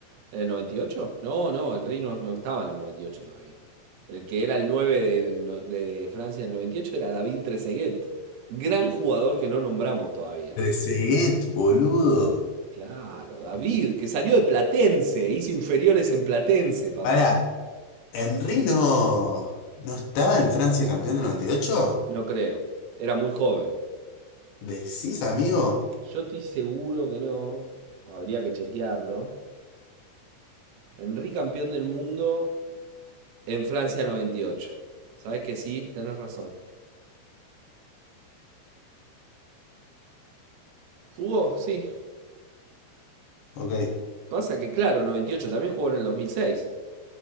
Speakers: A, on the right; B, on the left.
A: ¿En el noventa y ocho No, no, Henry no, no estaba en el 98 todavía. El que era el 9 del no- de Francia en el 98 era David Trezeguet, gran jugador que no nombramos todavía.
B: Trezeguet, boludo.
A: Claro, David, que salió de Platense, hizo inferiores en Platense, papá.
B: Para, ¿Henry no, no estaba en Francia campeón del 98?
A: No creo, era muy joven.
B: ¿Decís, amigo?
A: Yo estoy seguro que no, habría que chequearlo. Henry campeón del mundo en Francia noventa y ocho ¿Sabes que sí? Tenés razón. ¿Jugó? Sí,
B: Ok, ¿de
A: Pasa que, claro, 98 también jugó en el 2006.